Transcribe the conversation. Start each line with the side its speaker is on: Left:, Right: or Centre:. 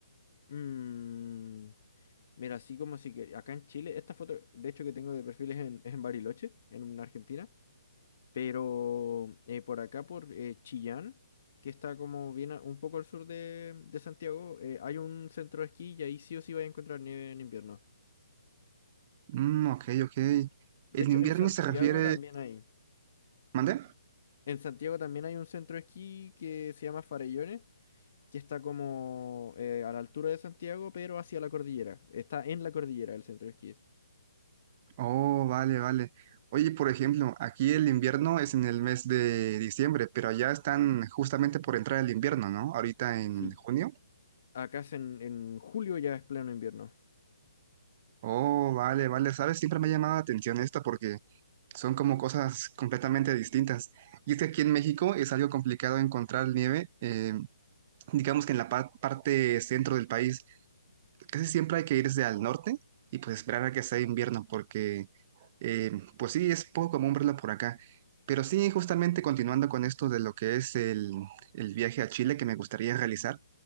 Left: Mm. Mira, así como si que acá en Chile, esta foto, de hecho, que tengo de perfil es en, es en Bariloche, en Argentina, pero eh, por acá, por eh, Chillán, que está como bien a- un poco al sur de, de Santiago, eh, hay un centro de esquí y ahí sí o sí vas a encontrar nieve en invierno.
Right: Mm, ok, ok.
Left: De
Right: ¿El
Left: hecho,
Right: invierno
Left: en Santiago
Right: se refiere...
Left: también hay.
Right: ¿Mandé?
Left: En Santiago también hay un centro de esquí que se llama Farellones, que está como eh, a la altura de Santiago, pero hacia la cordillera. Está en la cordillera el centro de esquí.
Right: Oh, vale, vale. Oye, por ejemplo, aquí el invierno es en el mes de diciembre, pero allá están justamente por entrar el invierno, ¿no? Ahorita en
Left: Sí.
Right: junio.
Left: Acá es en, en julio ya es pleno invierno.
Right: Oh, vale, vale. Sabes, siempre me ha llamado la atención esto porque son como cosas completamente distintas. Y es que aquí en México es algo complicado encontrar nieve, eh, digamos que en la pa- parte centro del país. casi siempre hay que irse al norte y pues esperar a que sea invierno porque eh, pues sí, es poco común verla por acá. Pero sí, justamente continuando con esto de lo que es el, el viaje a Chile que me gustaría realizar,